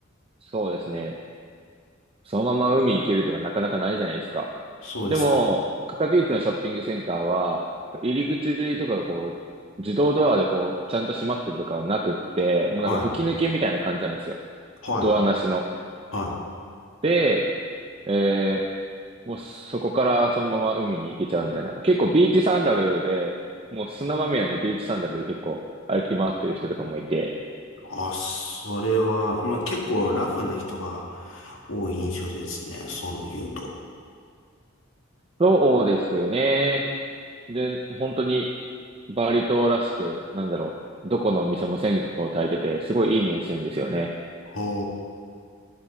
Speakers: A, on the right; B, on the left.
A: そうですね。そのまま海行けるとかなかなかないじゃないですか。
B: そうですね。
A: でも、カタビーチのショッピングセンターは、入り口とかがこう、自動ドアでこう、ちゃんと閉まってるとかはなくって、もうなんか吹き抜けみたいな感じなんですよ。
B: はい。はい。
A: ドアなしの。
B: はい。
A: で、えーもうそこからそのまま海に行けちゃうみたいな。結構ビーチサンダルで、もう砂まみれのビーチサンダルで結構歩き回ってる人とかもいて、
B: あ、それは、まあ、結構ラフな人が多い印象ですね。そう言うと。
A: そうですね。で、本当にバリ島らしく、なんだろう、どこの店も線香を焚いてて、すごいいい匂いするんですよね。
B: ほ